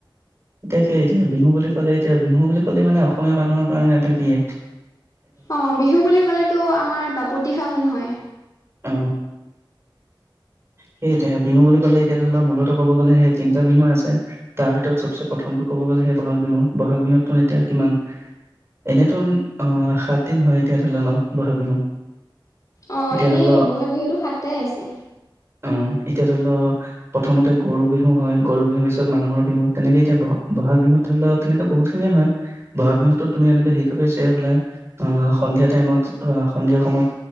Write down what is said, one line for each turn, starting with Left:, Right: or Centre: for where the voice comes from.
Right: এতিয়া সেই এতিয়া বিহু বুলি ক'লে এতিয়া বিহু বুলি কলে মানে অসমীয়া মানুহৰ কাৰণে এটা কিে
Left: অ বিহু বুলি কলেতো আমাৰ বাপতি সাহোন হয়
Right: অ সেইয়া বিহু বুলি ক'লে এতিয়া ধ মূলত ক'ব গ'লে সেই তিনিটা বিহু আছে তাৰ ভিতৰত চবচে প্ৰথমটো ক'ব গ'লে সেই বহাগ বিহু বহাগ বিহুততো এতিয়া কিমান এনেত আহ সাত দিন হয় এতিয়া ধৰিলা ন বহাগ বিহু
Left: অঁ
Right: এতিয়া
Left: এনেই
Right: ধৰি ল
Left: বহাগ বিহুটো সাতটাই আছে
Right: অ এতিয়া ধৰি লও প্ৰথমতে গৰু বিহু হয় গৰু বিহুৰ পিছত মানুহৰ বিহু তেনেকেই এতিয়া ব বহাগ বিহু ধৰি লও তেনেকে বহুত খিনিয়ে হয় বহাগ বিহুতো তুমি এনেকে শিকিব পিছা বোলে সন্িয়া াইমত সন্ধিয়া সময়ত